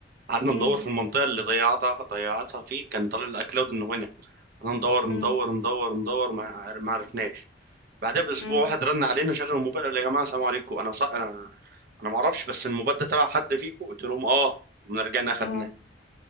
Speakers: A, on the right; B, on the left.
A: قعدنا
B: امم
A: ندور في المنطقه اللي ضيعتها ضيعتها فيه كان طالع الاكلاود انه هنا قعدنا ندور
B: امم
A: ندور ندور ندور ما عر- ما عرفناش بعدها باسبوع
B: امم
A: واحد رن علينا شغل الموبايل قال يا جماعه السلام عليكم انا ص... انا انا ما اعرفش بس الموبايل ده تبع حد فيكم قلت لهم اه قمنا رجعنا اخدناه
B: اه